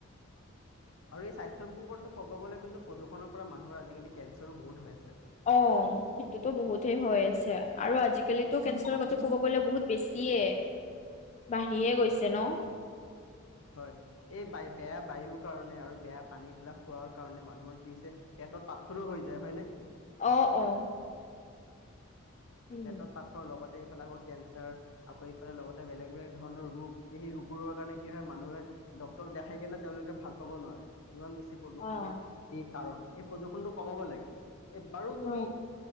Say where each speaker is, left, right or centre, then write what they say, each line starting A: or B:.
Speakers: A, on the left (about 80°); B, on the left (about 35°).
A: এই স্বাস্থ চব বোবৰটো ক'ব গ'লে কিন্তু প্ৰদূষণৰ পৰা মানুহৰ আজিকালি কেঞ্চাৰো বহুত হৈ আছে।
B: অ, সেইটোয়েতো বহুত হে হৈ আছে, আৰু আজিকালিতো কেঞ্চাৰৰ কথাতো ক'ব গ'লে বহুত বেছিয়ে, বাঢ়িয়ে গৈছে ন।
A: হয়। এই বায় বেয়া বায়ুৰ কাৰণে আৰু বেয়া পানী বিলাক খোৱাৰ কাৰণে মানুহৰ কি হৈছে পেটত পাথৰো হৈ যায় হয় নে?
B: অ, অ। উম
A: পেটত পাথৰ লগতে এইফালে আকৌ কেঞ্চাৰ। আকৌ এইফালে লগতে বেলেগ বেলেগ ধৰণৰ ৰোগ এই ৰোগবোৰৰ কাৰণে কি হয় মানুহে ডক্তৰক দেখাই কেনে তেওঁলোকে ভাল পাব নোৱাৰে। ইমান বেছি প্ৰদূৰণৰ
B: অ
A: এই কাৰণ, এই প্ৰদূৰণটো কমাব লাগে এই বাৰু তুমি,
B: ন